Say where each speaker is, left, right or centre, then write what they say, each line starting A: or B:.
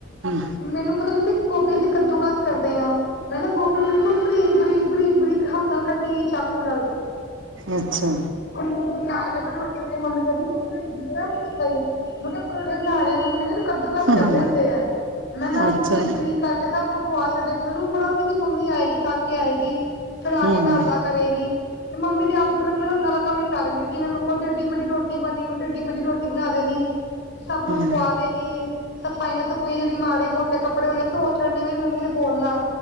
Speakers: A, on the right; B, on the left.
A: ਹਮ,
B: ਮੈਨੂੰ ਪਤਾ ਨਹੀ ਸੀ ਗੋਭੀ ਅਸੀਂ ਕੱਦੂ ਕਾਸ ਕਰਦੇ ਆਂ। ਮੈਂ ਨਾ ਗੋਭੀ ਬਿਲਕੁਲ ਬਰੀਕ-ਬਰੀਕ, ਬਰੀਕ- ਬਰੀਕ ਹੱਥ ਨਾਲ ਕੱਟੀ ਗਈ ਚਾਕੂ ਨਾਲ
A: ਅੱਛਾ,
B: ਨੂੰਨ ਲਾ ਕੇ ਰੋਟੀ ਬਣਾਈ ਮੰਮੀ ਕਹਿੰਦੀ ਤੂੰ <unintelligible> ਆ ਕੀ ਕੀਤਾ ਈ। ਮਤਲਬ ਪਰੌਠੇ ਬਣਾ ਰਹੇ ਮੰਮੀ ਕਹਿੰਦੀ ਇਨੂੰ ਕੱਦੂ ਕਾਸ ਕਰਦੇ
A: ਹਮ,
B: ਹੁੰਦੇ ਆ ਮੈਂ-ਮੈਂ
A: ਅੱਛਾ
B: ਬਰੀਕ-ਬਰੀਕ ਕਰਕੇ ਸਭ ਨੂੰ ਖੁਆ ਛੱਡੇ ਮੈਨੂੰ ਬੜਾ ਸੀ ਕਿ ਮੰਮੀ ਆਏਗੀ ਥੱਕ ਆਏਗੀ ਫਿਰ ਆ
A: ਹੂੰ
B: ਕੇ ਘਰ ਦਾ ਕਰੇਗੀ। ਤੇ ਮੰਮੀ ਦੇ ਆਉਣ ਪਹਿਲਾਂ ਪਹਿਲਾਂ ਮੈਂ ਸਾਰਾ ਕੰਮ ਨਿਪਟਾ ਦਿੰਦੀ ਜਿਵੇ ਮੇਰੇ ਕੋਲੋਂ ਏਡੀ ਮੇਡੀ ਰੋਟੀ ਬਣੀ ਮੈਂ ਟੇਡੀ ਮੇਡੀ ਰੋਟੀ। ਰੋਟੀ ਬਣਾ ਦੇਣੀ ਸਭ ਨੂੰ
A: ਹੂੰ
B: ਖੁਆ ਦੇਣੀ। ਸਫਾਈਆਂ ਸਫੂਈਆਂ ਜਿਹੜੀ ਮਾੜੇ ਮੋਟੇ ਕੱਪੜੇ ਹੋਣੇ ਧੋ ਛੱਡਨੇ ਮੇਰੀ ਮੰਮੀ ਨੇ ਬੋਲਣਾ।